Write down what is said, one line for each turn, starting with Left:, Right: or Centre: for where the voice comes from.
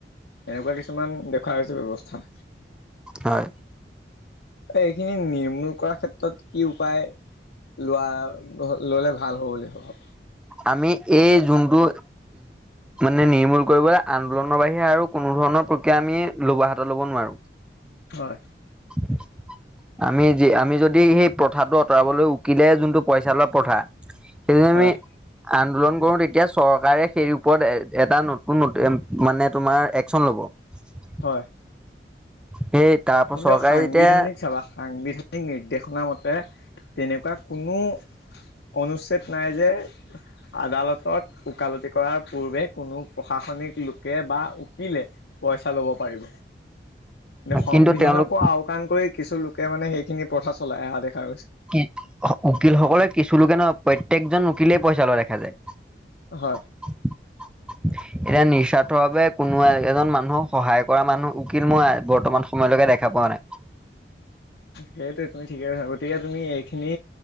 Left: এনেকুৱা কিছুমান দেখুৱা হৈছে ব্যৱস্থা।
Centre: হয়।
Left: এই এইখিনি নিৰ্মূল কৰাৰ ক্ষেত্ৰত কি উপায়- লোৱা ল'লে ভাল হ'ব বুলি ভাব?
Centre: আমি এই যোনটো মানে নিৰ্মূল কৰিবলৈ আন্দোলনৰ বাহিৰে আৰু কোনো ধৰণৰ প্ৰক্ৰিয়া আমি লব হাতত ল'ব নোৱাৰো।
Left: হয়।
Centre: <inaudible> আমি যি আমি যদি সেই প্ৰথাটো আঁতৰাবলৈ উকিলে যোনটো পইচা লোৱা প্ৰথা- সেইটো
Left: হয়
Centre: আমি আন্দোলন কৰো তেতিয়া চৰকাৰে সেই ওপৰত এটা নতুন মানে তোমাৰ একচন ল'ব। <unintelligible>
Left: হয়।
Centre: সেই তাৰ পৰা
Left: কিন্তু
Centre: চৰকাৰে
Left: সাংবিধানিক
Centre: যেতিয়া
Left: চাবা সাংবিধানিক নিৰ্দেশনা মতে তেনেকুৱা কোনো অনুচ্ছেদ নাই যে আদালতত ওকালতি কৰাৰ পূৰ্বে কোনো প্ৰশাসনিক লোকে বা উকিলে পইচা ল'ব পাৰিব। নে সংবিধানকো
Centre: কিন্তু তেওঁলোক
Left: আওকাণ কৰি কিছু লোকে মানে সেইখিনি প্ৰথা চলাই অহা দেখা গৈছে।
Centre: কিল উকিলসকলে কিছু লোকে নহয় প্ৰত্যেকজন উকিলেই পইচা লোৱা দেখা যায়।
Left: হয়।
Centre: <unintelligible> এতিয়া নিঃস্বাৰ্থ বাবে কোনো এজন মানুহক সহায় কৰা মানুহৰ উকিল মই বৰ্তমান সময়লৈকে দেখা পোৱা নাই।
Left: সেইটো তুমি ঠিকে কৈছা গতিকে তুমি এইখিনি